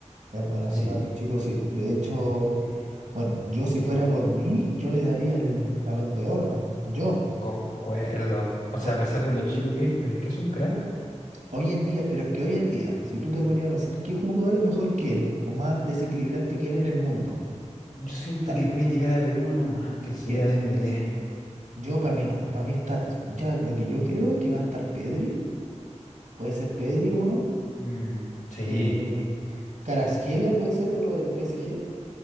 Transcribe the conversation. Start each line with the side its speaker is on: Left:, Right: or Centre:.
Right: es bueno ese
Left: Sí,
Right: cabrón chico, sí. De hecho,
Left: sí,
Right: bueno, yo si fuera por mí, yo le daría el balón de oro, yo.
Left: concuerdo. O
Right: Porque
Left: sea, a pesar de lo chico que es, pero es que es un crack.
Right: hoy en día, pero es que hoy en día, si tú te ponías a pensar, ¿qué jugador es mejor que él o más desequilibrante que él en el mundo?
Left: Yo siento
Right: Ta-
Left: que puede llegar a haber uno nomás, que sería
Right: ¿Quién?
Left: Dembélé.
Right: Yo para mí no, para mí está, ya lo que yo creo que va a estar Pedri, puede ser Pedri uno,
Left: Mm, sí,
Right: eh, Kvaratskhelia puede ser otro del PSG,